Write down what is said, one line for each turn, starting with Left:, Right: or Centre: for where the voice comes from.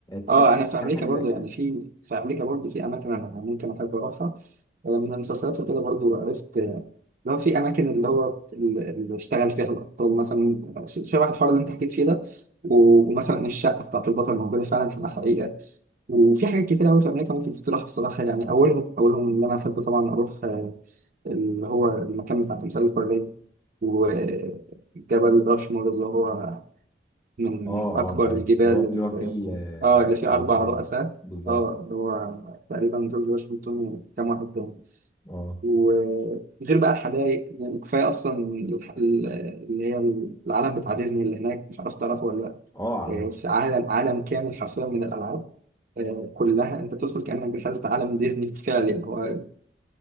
Left: تحب
Right: اه انا في امريكا
Left: تعمل حاجة
Right: برضو
Left: زي كده؟
Right: يعني في في امريكا برضو في اماكن انا ممكن احب اروحها آه، من المسلسلات وكده برضو عرفت آه، اللي هو في اماكن اللي هو ال- اللي اشتغل فيها الابطال مثلا شبه الحوار اللي انت حكيت فيه ده و- ومثلا الشقه بتاعت البطل موجوده فعلا في الحقيقه وفي حاجات كتير قوي في امريكا ممكن تتراح بصراحه يعني اولهم اولهم اللي انا احب طبعا اروح آه، اللي هو المكان بتاع تمثال البرلين وجبل راشمور اللي هو من
Left: اه اه
Right: أكبر
Left: أيوة.
Right: الجبال
Left: اللي هو اللي هو
Right: ال-
Left: في ال-
Right: اه اللي فيه
Left: المنتدى
Right: أربع رؤساء
Left: بالظبط
Right: اه اللي هو تقريبا جورج واشنطن وكام واحد تاني
Left: اه
Right: وغير بقى الحدائق يعني كفاية أصلا الح- ال- اللي هي العالم بتاع ديزني اللي هناك مش عارف تعرفه ولا لأ
Left: اه
Right: آه، في عالم عالم كامل حرفيا من الألعاب آه، كلها انت بتدخل كأنك دخلت عالم ديزني فعلا هو